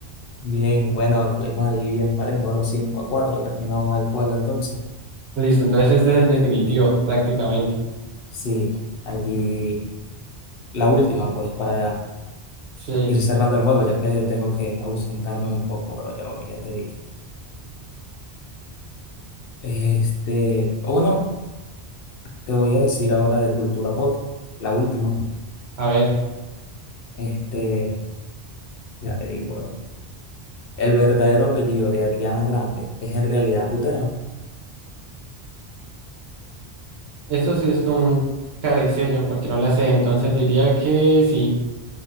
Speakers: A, on the left; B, on the right.
A: Bien, bueno, estuvimos ahí bien parejo, oro 5 a cuatro Terminó el juego entonces.
B: Listo, entonces este es el definitivo, prácticamente.
A: Sí, aquí la última, pues, para
B: Sí,
A: ir cerrando el juego, ya que tengo que ausentarme un poco, bro. Ya, voy, ya te digo. Este, o bueno, te voy a decir ahora de cultura pop, la última.
B: a ver,
A: Este, ya le digo, bro. El verdadero apellido de Ariana Grande es en realidad Butera.
B: esto sí es como un cara y sello, porque no la sé, entonces diría que sí,